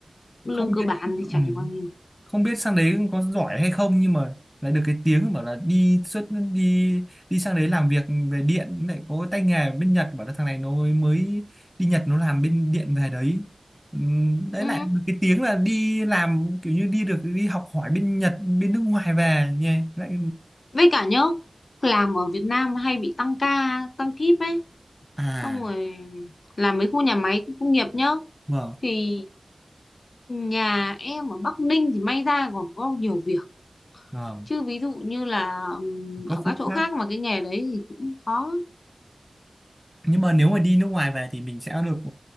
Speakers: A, on the left (about 75°); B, in the centre.
A: lương
B: không
A: cơ
B: biết
A: bản
B: ừ.
A: thì chả được bao nhiêu
B: không biết sang đấy có giỏi hay không nhưng mà lại được cái tiếng bảo là đi xuất đi đi sang đấy làm việc về điện lại có tay nghề bên Nhật bảo là thằng này nó mới đi Nhật nó làm bên điện về đấy Ừ, đấy
A: ừ
B: lại được cái tiếng là đi làm kiểu như đi được đi học hỏi bên Nhật bên nước ngoài về nha lại
A: với cả nhá làm ở Việt Nam hay bị tăng ca tăng kíp ấy
B: à
A: xong rồi làm mấy khu nhà máy công nghiệp nhá
B: vâng
A: thì nhà em ở Bắc Ninh thì may ra còn có nhiều việc
B: vâng
A: chứ ví dụ như là ừm,
B: có
A: ở
B: khu
A: các chỗ
B: khác
A: khác mà cái nghề đấy thì cũng khó
B: nhưng mà nếu mà đi nước ngoài về thì mình sẽ được